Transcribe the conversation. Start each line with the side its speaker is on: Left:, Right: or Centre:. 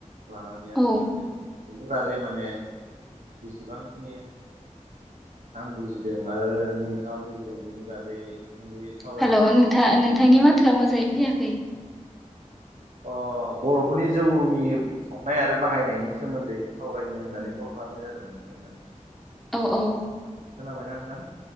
Right: लानानै आथि
Centre: औ
Right: आाखलि बेनि बागै माने जेसेबांखिनि आं बुजिदों आरो नोंथाङा बुजिदों बेनि बागैबो सुंद'यै सावरायना
Centre: हेल' नोंथा नोंथांनि माथोआ मोजाङै फैयाखै
Right: अ बर'फोरनि जौनि संनाय आरो बाहायनायनि सोमोन्दै सावरायनो होननानै कल खालामनाय जादोंमोन नोंथांनो।
Centre: औ औ
Right: खोनाबायना नोंथां